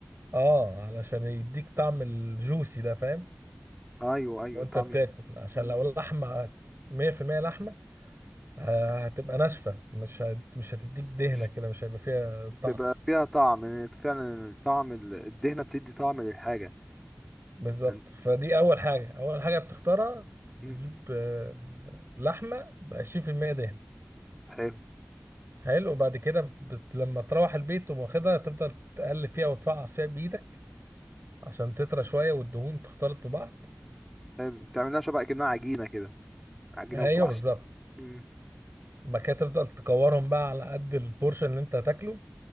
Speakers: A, on the right; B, in the centre.
A: اه علشان يديك طعم الجوسي ده فاهم
B: ايوه ايوه
A: وانت
B: طعم
A: بتاكل
B: يخ-
A: عشان
B: مم.
A: لو لحمه 100% لحمه ه- هتبقى ناشفه مش هت... مش هتديك دهنه
B: مش
A: كده مش هيبقى فيها طعم
B: مش تبقى فيها طعم إن فعلا الطعم ال- الدهنة بتدي طعم للحاجة
A: بالظبط
B: يعني-
A: فدي اول حاجه اول حاجه بتختارها
B: مم.
A: تجيب آه، لحمه ب 20% دهن
B: حلو
A: حلو وبعد كده بت... لما تروح البيت تقوم واخدها تفضل تقلب فيها وتفعص فيها بايدك عشان تطرى شويه والدهون تختلط ببعض
B: حلو بتعملها شبه كأنها عجينة كده عجينة
A: ايوه
B: في بعض
A: بالظبط
B: أيوة. مم.
A: بعد كده تفضل تكورهم بقى على قد البورشن اللي انت هتاكله